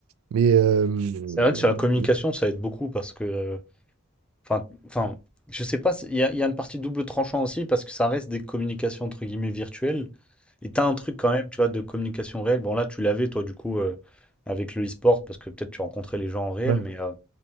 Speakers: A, on the right; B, in the centre.
A: Mais, euh, mhm,
B: C'est vrai que sur la communication, ça aide beaucoup parce que euh, Enfin, enfin, je sais pas, il y a, il y a une partie double tranchant aussi parce que ça reste des communications entre guillemets virtuelles. Et t'as un truc quand même, tu vois, de communication réelle. Bon, là, tu l'avais, toi, du coup, euh, avec le e-sport parce que peut-être tu rencontrais les gens en réel,
A: ouais,
B: mais, euh,